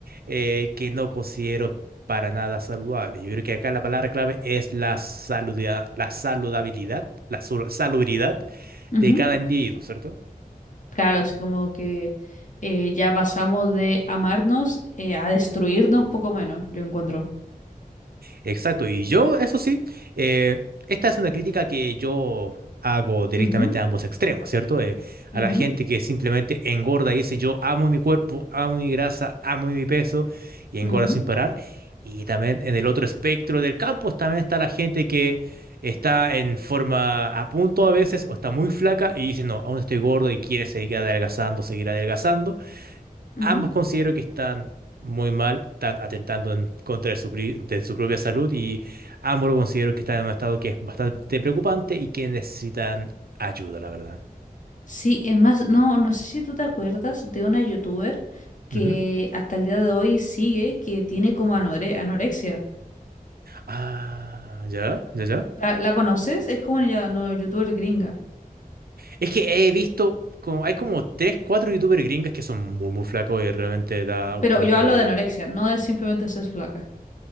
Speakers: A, on the right; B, on the left.
A: eh, que no considero para nada saludable. Yo creo que acá la palabra clave es la saludabilidad, la saludabilidad, la salu- salubridad
B: Ujú.
A: de cada individuo, ¿cierto?
B: Claro, así como que eh, ya pasamos de amarnos eh, a destruirnos poco menos, yo encuentro.
A: Exacto, y yo, eso sí, eh, esta es una crítica que yo hago directamente
B: Ujú,
A: a ambos extremos, ¿cierto? Eh, a
B: ujú,
A: la gente que simplemente engorda y dice, yo amo mi cuerpo, amo mi grasa, amo mi peso, y
B: ujú,
A: engorda sin parar. Y también en el otro espectro del campo también está la gente que está en forma a punto a veces o está muy flaca y dice, no, aún estoy gordo y quiere seguir adelgazando, seguir adelgazando.
B: ujú.
A: Ambos considero que están muy mal, están atentando en contra de su, pri- de su propia salud y ambos lo considero que están en un estado que es bastante preocupante y que necesitan ayuda, la verdad.
B: Sí, es más, no, no sé si tú te acuerdas de una youtuber que
A: Ujú.
B: hasta el día de hoy sigue, que tiene como anore- anorexia.
A: Ah, ya, ya, ya.
B: ¿La, la conoces? Es como una no, youtuber gringa.
A: Es que he visto, como, hay como tres, cuatro youtubers gringas que son muy, muy flacos y realmente da un
B: Pero
A: poquito
B: yo hablo
A: de...
B: de anorexia, no de simplemente ser flaca.